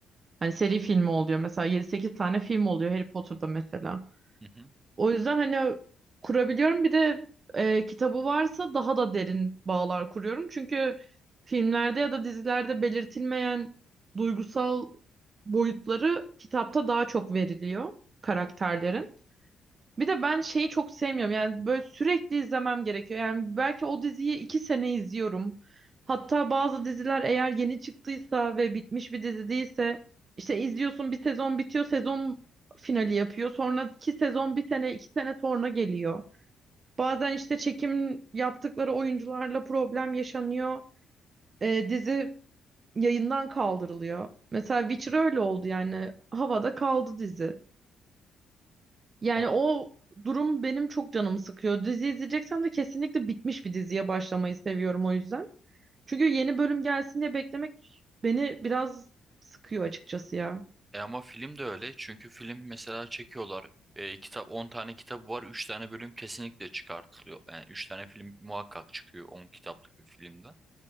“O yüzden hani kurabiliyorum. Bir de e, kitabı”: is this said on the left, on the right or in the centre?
Right